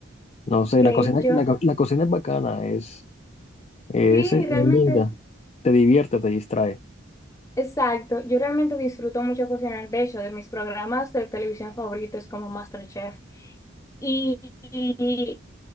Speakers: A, on the left (about 35°); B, on the left (about 15°).
A: No sé,
B: Que
A: la cocina,
B: yo,
A: la, co- la cocina es bacana, es, es,
B: sí,
A: es
B: realmente,
A: linda, te divierte, te distrae.
B: exacto. Yo realmente disfruto mucho cocinar. De hecho, de mis programas de televisión favoritos como MasterChef. Y,